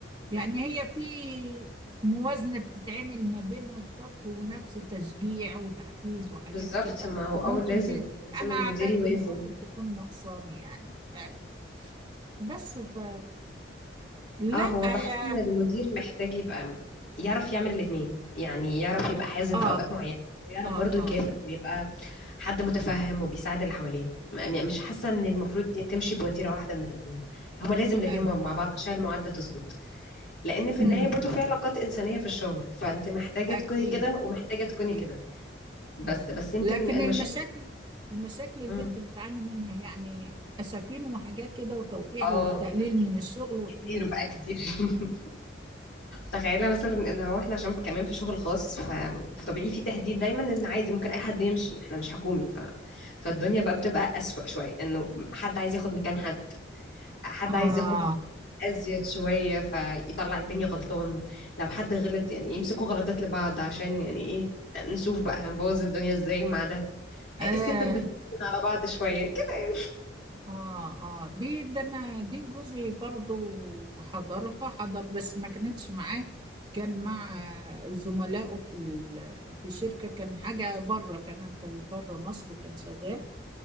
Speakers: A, on the right; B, on the left.
A: يعني هي في موازنة بتتعمل ما بين الطف ونفس تشجيع وتحفيز وحاجات
B: بالظبط
A: كده
B: ما هو اه
A: ممكن
B: لازم
A: ت...
B: لازم
A: أنا
B: المدير
A: أعترف
B: يوازن
A: إن ممكن تكون نقصاني يعني فعلا بس ف لا
B: اه هو بحس
A: يا
B: ان المدير محتاج يبقى م- يعرف يعمل الاتنين يعني يعرف يبقى حازم
A: آه
B: في اوقات معينة ويعرف
A: آه
B: برضه
A: آه,
B: يكافئ ويبقى حد متفهم وبيساعد اللي حواليه م- م- مش حاسة ان المفروض دي تمشي بوتيرة واحدة من الاتنين هما لازم الاتنين
A: آه.
B: مع مع بعض عشان المعادلة تظبط لان في النهاية
A: أمم.
B: برضه في علاقات انسانية في الشغل فانت محتاجة
A: أكيد
B: تكوني كده ومحتاجة تكوني
A: أكيد
B: كده بس
A: اه
B: بس يمكن
A: لكن
B: المشاكل
A: المشاكل المشاكل اللي
B: مم.
A: أنت بتعاني منها يعني أسفين وحاجات كده وتوقيع
B: اه
A: وتقليل من الشغل
B: كتير
A: لا
B: بقى
A: ده
B: كتير <laughs> تخيلي مثلا ان هو احنا عشان كمان في شغل خاص ف... فطبيعي في تهديد دايما ان عادي ممكن اي حد يمشي احنا مش حكومي ف... فالدنيا بقى بتبقى اسوأ شويه انه حد عايز ياخد مكان حد حد
A: آه
B: عايز ياخد ازيد شويه فيطلع التاني غلطان لو حد غلط يعني يمسكوا غلطات لبعض عشان يعني ايه نشوف بقى هنبوظ الدنيا ازاي مع ده
A: آه
B: الستات بتقفل على بعض شويه كده
A: آه آه دي ده أنا دي جوزي برضو حضرها حضر بس ما كانتش معاه كان مع زملائه في ال- في شركة كان حاجة بره كمان كانت بره مصر وكان شغال